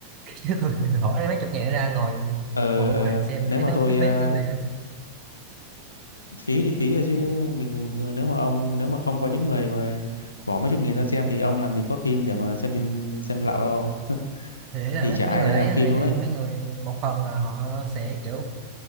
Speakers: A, on the right (about 40°); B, on the left (about 80°).
A: <laughs> chứ tôi thì bỏ ra mấy chục nghìn để ra ngồi
B: ờ
A: ngồi bên
B: ờ.
A: ngoài xem
B: nếu
A: tôi thấy
B: mà
A: nó
B: tôi
A: phí
B: ờ,
A: phí cái gì
B: phí thì phí rồi chứ mình nếu mà ông nếu mà không có những người mà bỏ mấy chục nghìn ra xem thì ông làm gì có phim để mà xem trên xem lậu đâu ông
A: thì đấy là
B: thì
A: nó-
B: chả
A: mấy
B: ai
A: người
B: lấy
A: đấy
B: làm phim
A: là
B: luôn
A: dạng
B: đấy
A: mấy người một phần là họ sẽ kiểu